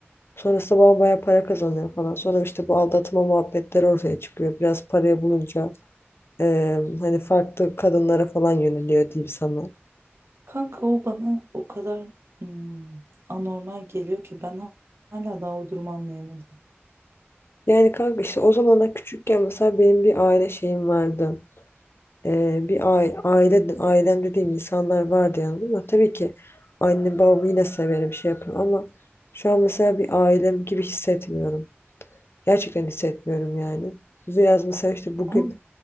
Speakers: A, on the left; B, on the right.
A: Sonrasında babam bayağı para kazanıyor falan. Sonra işte bu aldatma muhabbetleri ortaya çıkıyor. Biraz paraya bulunca ee, hani farklı kadınlara falan yöneliyor diyeyim sana.
B: Kanka o bana o kadar hmm, anormal geliyor ki ben ha- hala daha o durumu anlayamadım.
A: Yani kanka işte o zamanlar küçükken mesela benim bir aile şeyim vardı. Ee, bir aile, aile, ailem dediğim insanlar vardı yani ama tabii ki anne babamı yine severim şey yaparım ama şu an mesela bir ailem gibi hissetmiyorum. Gerçekten hissetmiyorum yani. Biraz mesela işte bugün
B: Ama